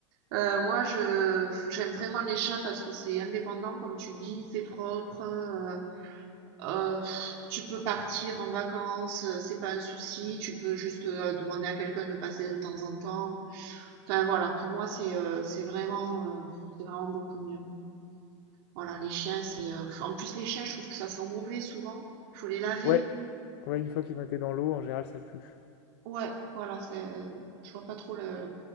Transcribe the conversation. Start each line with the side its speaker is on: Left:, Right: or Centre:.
Right: Euh, moi, je j'aime vraiment les chats parce que c'est indépendant, comme tu dis, c'est propre. euh, euh, pff, tu peux partir en vacances, euh, c'est pas un souci. Tu peux juste euh, demander à quelqu'un de passer de temps en temps. Enfin voilà, pour moi, c'est euh, c'est vraiment euh, c'est vraiment beaucoup mieux. Voilà, les chiens, c'est. euh, En plus, les chiens, je trouve que ça sent mauvais souvent. Il faut les laver.
Left: Ouais, ouais, une fois qu'ils ont été dans l'eau, en général, ça pue.
Right: Ouais, voilà, c'est. euh, Je vois pas trop le